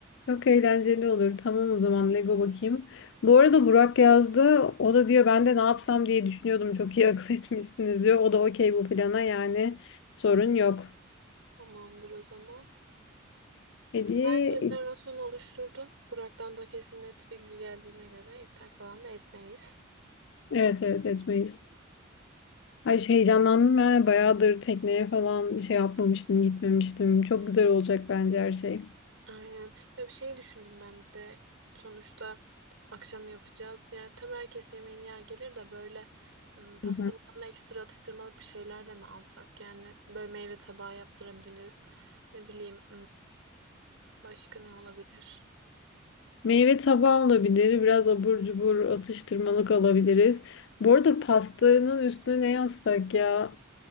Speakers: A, on the left; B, on the right.
A: Çok eğlenceli olur. Tamam o zaman Lego bakayım. Bu arada Burak yazdı. O da diyor ben de ne yapsam diye düşünüyordum. Çok iyi akıl <laughs> etmişsiniz diyor. O da okey bu plana yani sorun yok.
B: Tamamdır o zaman.
A: Hediye
B: Ben rezervasyonu oluşturdum. Burak'tan da kesin net bilgi geldiğine göre iptal falan da etmeyiz.
A: evet evet etmeyiz. Ay şey, heyecanlandım ben. Bayağıdır tekneye falan şey yapmamıştım, gitmemiştim. Çok güzel olacak bence her şey.
B: Aynen. Ya bir şey düşündüm ben bir de sonuçta akşam yapacağız. Yani tabii herkes yemeğini yer gelir de böyle ım, pastanın
A: Hı hı.
B: yanına ekstra atıştırmalık bir şeyler de mi alsak? Yani böyle meyve tabağı yaptırabiliriz. Ne bileyim. Başka ne olabilir?
A: Meyve tabağı olabilir. Biraz abur cubur atıştırmalık alabiliriz. Bu arada pastanın üstüne ne yazsak ya?